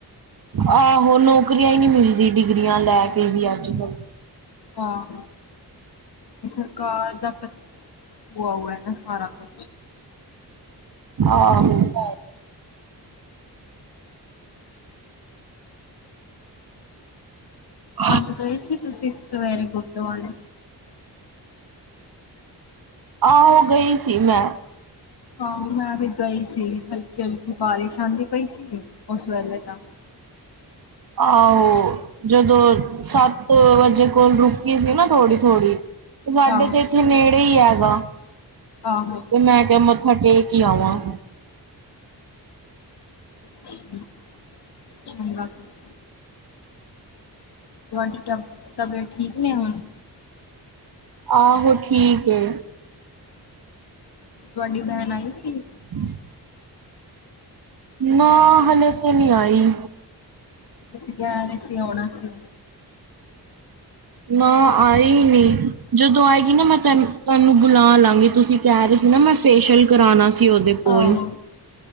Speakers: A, on the right; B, on the left.
A: ਆਹੋ ਨੌਕਰੀਆਂ ਹੀ ਨਹੀ ਮਿਲਦੀ ਡਿਗਰੀਆਂ ਲੈ ਕੇ ਵੀ ਅੱਜ ਕੱਲ
B: ਹਹ ਇਹ ਸਰਕਾਰ ਦਾ ਹੋਆ ਹੋਆ ਨਾ ਸਾਰਾ ਕੁਛ
A: ਆਹੋ ਹਮ <inaudible>
B: ਆਜ ਗਏ ਸੀ ਤੁਸੀਂ ਸਵੇਰੇ ਗੁਰਦੁਆਰੇ
A: ਆਹੋ ਗਈ ਸੀ ਮੈਂ
B: ਹਾਂ ਮੈਂ ਵੀ ਗਈ ਸੀ ਹਲਕੀ ਹਲਕੀ ਬਾਰਿਸ਼ ਆਉਂਦੀ ਪਈ ਸੀ ਉਸ ਵੇਲੇ ਤਾਂ
A: ਆਹੋ ਜਦੋਂ ਸੱਤ ਵਜੇ ਕੋਲ ਰੁਕੀ ਸੀ ਨਾ ਥੋੜ੍ਹੀ ਥੋੜ੍ਹੀ ਸਾਡੇ
B: ਆਹੋ
A: ਤੇ ਇੱਥੇ ਨੇੜੇ ਹੀ ਹੈਗਾ,
B: ਆਹੋ
A: ਤੇ ਮੈਂ ਕਿਹਾ ਮ ਮੱਥਾ ਟੇਕ ਈ ਆਵਾਂ
B: <inaudible> ਤੁਹਾਡੀ ਤਬ ਤਬੀਅਤ ਠੀਕ ਨੇ ਹੁਣ
A: ਆਹੋ ਠੀਕ ਏ
B: ਤੁਹਾਡੀ ਭੈਣ ਆਈ ਸੀ।
A: ਹੂ ਨਾ ਹਲੇੇ ਤੇ ਨਹੀ ਆਈ
B: ਤੁਸੀਂ ਕਹਿ ਰਹੇ ਸੀ ਆਉਣਾ ਸੀ।
A: ਨਾ ਆਏ ਈ ਨਹੀ, ਜਦੋਂ ਆਏਗੀ ਨਾ ਮੈਂ ਤੈਨੂੰ ਤੈਹਾਨੂੰ ਬੁਲਾ ਲਾਂਗੀ ਤੁਸੀਂ ਕਹਿ ਰਹੇ ਸੀ ਨਾ ਮੈਂ ਫੇਸ਼ੀਆਲ ਕਰਾਉਣਾ ਸੀ ਉਹਦੇ ਕੋਲ
B: ਆਹੋ